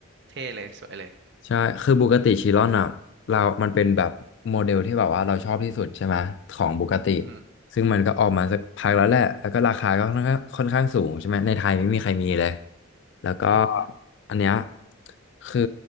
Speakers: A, on the right; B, on the left.
A: เท่เลยสวยเลย
B: ใช่ คือบูกาติชิรอนอ่ะเรามันเป็นแบบโมเดลที่แบบว่าเราชอบที่สุดใช่ไหมของบูกาติ
A: อืม
B: ซึ่งมันก็ออกมาสักพักแล้วแหละแล้วก็ราคาก็ค่อนข้างค่อนข้างสูงใช่ไหมในไทยไม่มีใครมีเลย แล้วก็
A: อหืมออือหือ
B: อันเนี้ยคือ